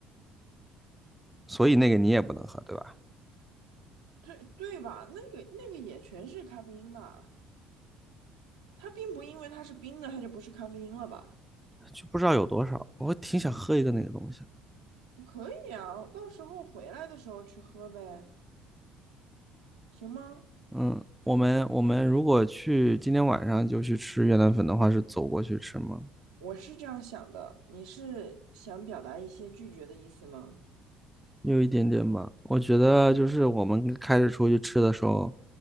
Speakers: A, in the centre; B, on the right.
A: 所以那个你也不能喝，对吧？
B: 对对吧？那个那个也全是咖啡因吧？它并不因为它是冰的，它就不是咖啡因了吧？
A: 就不知道有多少，我挺想喝一个那个东西的。
B: 可以啊，我到时候回来的时候去喝呗，行吗？
A: 嗯，我们我们如果去今天晚上就去吃越南粉的话，是走过去吃吗？
B: 我是这样想的，你是想表达一些拒绝的意思吗？
A: 有一点点吧，我觉得就是我们开始出去吃的时候，